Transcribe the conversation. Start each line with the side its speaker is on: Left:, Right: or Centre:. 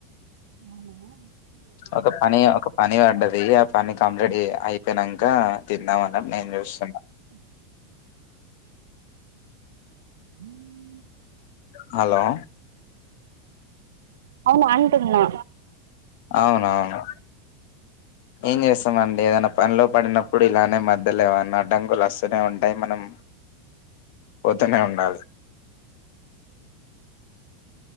Right: అవునా
Left: ఒక పని ఒక పని పడ్డది ఎ ఆ పని కంప్లీట్ చే అయిపోయినంకా తిద్దా అన్నమ్ నేను చూస్తున్నా
Right: <inaudible>
Left: హలో
Right: అవును అంటున్నా
Left: అవునవును ఏం చేస్తామండి ఏదై పనిలో పడినప్పుడు ఇలానే మధ్యలోఏవన్నా అడంకులు వస్తనే ఉంటయి మనం పొతనే ఉండాలి <inaudible>